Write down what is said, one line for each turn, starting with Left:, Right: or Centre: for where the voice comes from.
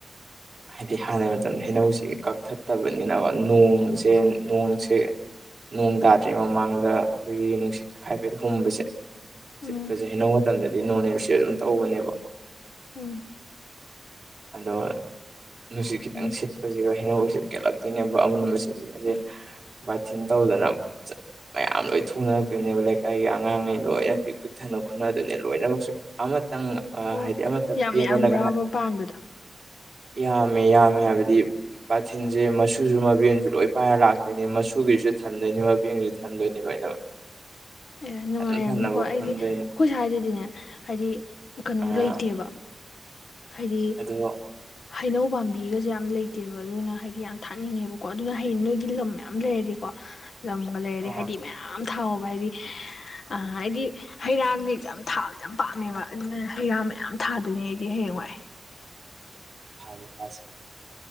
Right: ꯍꯥꯏꯗꯤ ꯍꯥꯟꯅ ꯃꯇꯝꯗ ꯍꯩꯅꯧꯁꯤ ꯀꯛꯊꯠꯇꯕꯅꯤꯅꯀ ꯅꯣꯡꯁꯦ ꯅꯣꯡꯁꯦ ꯅꯣꯡ ꯇꯥꯗ꯭ꯔꯤ ꯃꯃꯥꯡꯗ ꯑꯩꯈꯣꯏꯒꯤ ꯅꯨꯡꯁꯤꯠꯀ ꯍꯥꯏꯕꯗ ꯍꯨꯝꯕꯁꯦ
Left: ꯎꯝ
Right: ꯁꯤꯠꯄꯁꯦ ꯍꯩꯅꯧ ꯃꯇꯝꯗꯗꯤ ꯅꯣꯅꯦꯁꯤ ꯑꯗꯨꯝ ꯇꯧꯕꯅꯦꯕ
Left: ꯎꯝ
Right: ꯑꯗꯣ ꯅꯨꯡꯁꯤꯠ ꯈꯤꯇꯪ
Left: ꯎꯝ
Right: ꯁꯤꯠꯄꯁꯤꯒ ꯍꯩꯅꯧꯁꯤꯠ ꯀꯦꯜꯂꯛꯇꯣꯏꯅꯦꯕ ꯑꯃꯟꯕꯁꯤꯗꯤ ꯑꯩꯖꯦ
Left: ꯎꯝ
Right: ꯕꯥꯇꯤꯟ ꯇꯧꯗꯅ ꯃꯌꯥꯝ ꯂꯣꯏ ꯊꯣꯛꯅꯔꯛꯇꯣꯏꯅꯦꯕ ꯂꯩꯀꯥꯏꯒꯤ ꯑꯉꯥꯡꯈꯩ ꯂꯣꯏꯅ ꯄꯤ ꯄꯤꯛꯊꯟꯅ ꯈꯨꯟꯅꯗꯨꯏꯅꯦ ꯂꯣꯏꯅꯃꯛꯁꯨ ꯑꯃꯇꯪ
Left: ꯑꯣ
Right: ꯍꯥꯏꯗꯤ ꯑꯃꯇ
Left: ꯌꯥꯝ
Right: ꯄꯦꯟꯗꯅꯒ
Left: ꯌꯥꯝꯕ꯭ꯔꯕ ꯄꯥꯟꯕꯗꯣ
Right: ꯌꯥꯝꯃꯦ ꯌꯥꯝꯃꯦ ꯍꯥꯏꯕꯗꯤ ꯄꯥꯊꯤꯟꯁꯦ ꯃꯆꯨꯁꯨ ꯃꯕꯦꯟꯁꯨ ꯂꯣꯏ ꯄꯥꯏꯔ ꯂꯥꯛꯇꯣꯏꯅꯤ ꯃꯆꯨꯒꯤꯁꯨ ꯊꯟꯗꯣꯏꯅꯤ ꯃꯕꯦꯟꯒꯤꯁꯨ ꯊꯟꯗꯣꯏꯅꯤ ꯂꯣꯏꯅꯃꯛ <inaudible>
Left: ꯑꯦ ꯅꯨꯡꯉꯥꯏꯔꯕꯅꯤꯀꯣ
Right: ꯊꯟ ꯊꯟꯅꯕ
Left: ꯑꯩꯗꯤ
Right: ꯈꯣꯟꯗꯣꯏꯅꯤ
Left: ꯑꯩꯈꯣꯏ ꯁ꯭ꯋꯥꯏꯗꯗꯤꯅꯦ ꯍꯥꯏꯗꯤ ꯀꯩꯅꯣ
Right: ꯑꯥ
Left: ꯂꯩꯇꯦꯕ ꯍꯥꯏꯗꯤ
Right: ꯑꯗꯣ
Left: ꯍꯩꯅꯧ ꯄꯥꯝꯕꯤꯒꯁꯨ ꯌꯥꯝ ꯂꯩꯇꯦꯕ ꯑꯗꯨꯅ ꯍꯥꯏꯗꯤ ꯌꯥꯝ ꯊꯥꯅꯤꯡꯉꯦꯕꯀꯣ ꯑꯗꯨꯅ ꯍ ꯅꯣꯏꯒꯤ ꯂꯝ ꯌꯥꯝꯌꯥꯝ ꯂꯩꯔꯗꯤꯀꯣ ꯂꯝꯒ ꯂꯩꯔꯗꯤ
Right: ꯑꯥ
Left: ꯍꯥꯏꯗꯤ ꯃꯌꯥꯝ ꯊꯥꯎꯍꯧꯕ ꯍꯥꯏꯗꯤ ꯑ ꯍꯥꯏꯗꯤ ꯍꯩꯔꯥꯗꯤ ꯌꯥꯝ ꯊꯥꯕ ꯌꯥꯝ ꯄꯥꯝꯃꯦꯕ ꯑꯗꯨꯅ ꯍꯩ ꯔꯥ ꯃꯌꯥꯝ ꯊꯥꯗꯨꯅꯦ ꯑꯩꯗꯤ ꯍꯌꯦꯡꯋꯥꯏ
Right: ꯊꯥꯅꯤ ꯊꯥꯁꯦ